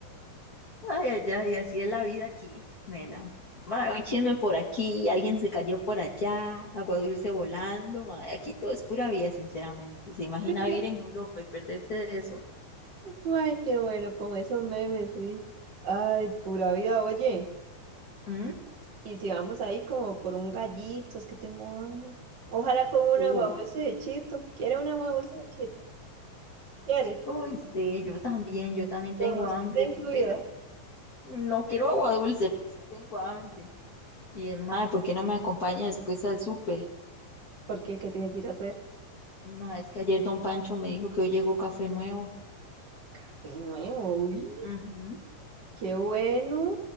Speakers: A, on the left; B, on the right.
A: Ay, ay, ay, así es la vida aquí, Mela. Mae, un chisme por aquí, alguien se cayó por allá, agua dulce volando, mae, aquí todo es pura vida, sinceramente. ¿Se imagina
B: <laughs>
A: vivir en Europa y perderse de eso?
B: Ay, qué bueno, con esos memes, sí. Ay, pura vida, oye.
A: ¿Mm?
B: Y si vamos ahí como por un gallito, es que tengo hambre. Ojalá con una
A: Uy,
B: guagulce de chito. ¿Quiere una guagulce de chito? ¿Quiere?
A: uy, sí, yo también, yo también
B: Con
A: tengo
B: mosquita
A: hambre,
B: incluida.
A: pero No quiero agua dulce, pero sí tengo hambre. Y madre, ¿por qué no me acompaña después al súper?
B: Porque, ¿qué ¿Qué tiene que ir a hacer?
A: Madre, es que ayer don Pancho me dijo que hoy llegó café nuevo.
B: Café nuevo, uy.
A: Ujú,
B: Qué bueno.